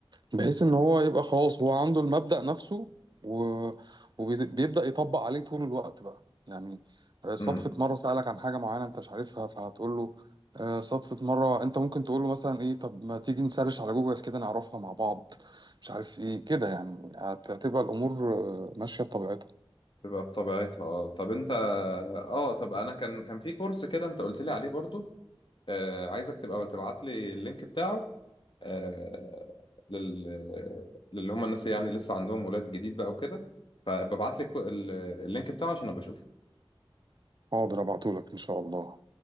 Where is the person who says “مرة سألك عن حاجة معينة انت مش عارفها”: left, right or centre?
Right